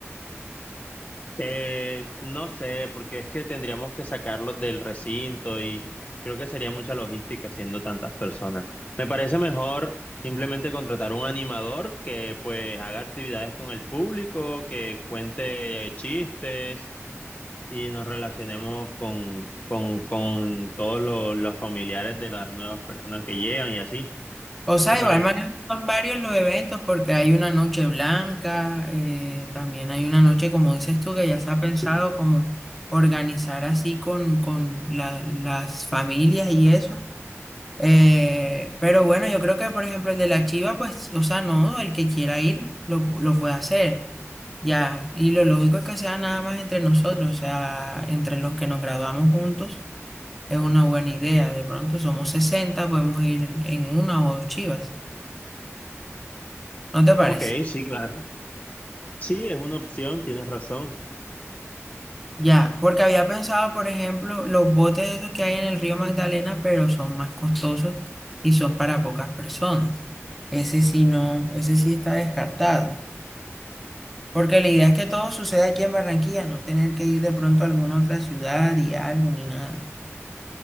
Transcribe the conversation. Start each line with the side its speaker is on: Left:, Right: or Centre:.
Left: Eh, no sé, porque es que tendríamos que sacarlos del recinto y creo que sería mucha logística siendo tantas personas. Me parece mejor simplemente contratar un animador que pues haga actividades con el público, que cuente eh, chistes y nos relacionemos con, con, con todos los, los familiares de las nuevas personas que llegan y así.
Centre: O sea,
Left: ¿Te parece?
Centre: igual manera son varios los eventos porque hay una noche blanca, eh, también hay una noche, como dices tú, que ya se ha pensado como organizar así con, con la- las familias y eso. Eh, pero bueno, yo creo que por ejemplo el de la Chiva, pues, o sea, no, el que quiera ir lo, lo puede hacer. Ya, y lo lógico es que sea nada más entre nosotros, o sea, entre los que nos graduamos juntos, es una buena idea. De pronto somos 60, podemos ir en una o dos chivas. ¿No te parece?
Left: Ok, sí, claro. Sí, es una opción, tienes razón.
Centre: Ya, porque había pensado, por ejemplo, los botes esos que hay en el río Magdalena, pero son más costosos y son para pocas personas. Ese sí no, ese sí está descartado. Porque la idea es que todo suceda aquí en Barranquilla, no tener que ir de pronto a alguna otra ciudad y algo ni nada.